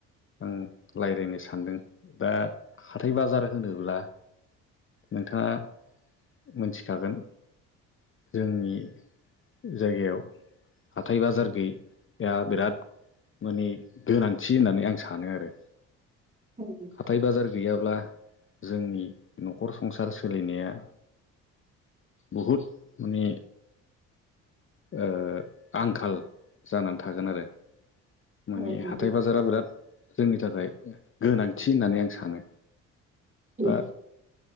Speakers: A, on the left (about 35°); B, on the right (about 20°).
A: आं लायरायनो सानदों दा हाथाइ बाजार होनोब्ला नोंथाङा मोनथिखागोन जोंनि जायगायाव हाथाइ बाजार गोयिआ बिराद माने गोनांथि होननानै आं सानो आरो।
B: उम।
A: हाथाइ बाजार गैयाब्ला जोंनि न'खर संसार सोलिनाया बुहुत माने ओ आंखाल जानानै थागोन आरो। माने
B: औ नोंथां
A: हाथाय बाजारा बिराद जोंनि थाखाय गोनांथि होननानै आं सानो।
B: औ
A: दा